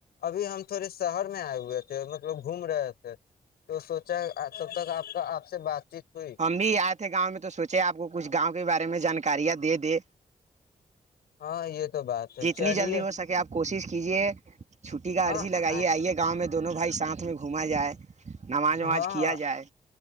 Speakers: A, on the left; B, on the right.
A: ابھی ہم تھوڑے شہر میں آئے ہوئے تھے مطلب گھوم رہے تھے تو سوچا تب تک آپ کا آپ سے بات چیت ہوئی
B: ہم بھی آئے تھے گاؤں میں تو سوچے آپ کو کچھ گاؤں کے بارے میں جانکاریاں دے دے
A: ہاں یہ تو بات ہے
B: جتنی
A: چلیے
B: جلدی ہو سکے آپ کوشش کیجے چھٹی کا
A: ہاں
B: عرضی لگائیے
A: ہاں
B: آئیے گاؤں میں دونوں بھائی ساتھ میں گھما جائے نماز وماز
A: ہاں
B: کیا
A: ہاں
B: جائے